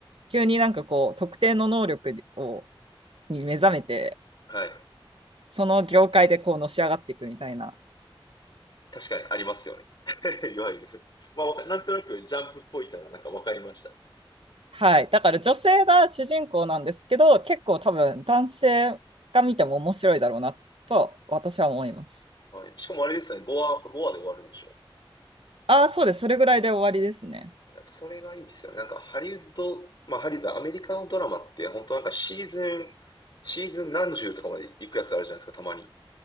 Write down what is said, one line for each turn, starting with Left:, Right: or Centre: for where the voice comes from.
Right: 急になんかこう特定の能力をに目覚めて、
Left: はい。
Right: その業界でこうのし上がっていくみたいな
Left: 確かにありますよね。<laughs> いわゆる。まあ、わかなんとなくジャンプっぽいのがなんかわかりました。
Right: はい。だから女性が主人公なんですけど、結構多分男性が見ても面白いだろうなと私は思います。
Left: はい。しかもあれですね、5話、5話で終わるんでしょ
Right: ああ、そうです。それぐらいで終わりですね。
Left: やっぱそれがいいですよね。なんかハリウッド、まあハリウッド、アメリカのドラマって本当なんかシーズン、シーズン何十とかまで行くやつあるじゃないですか、たまに。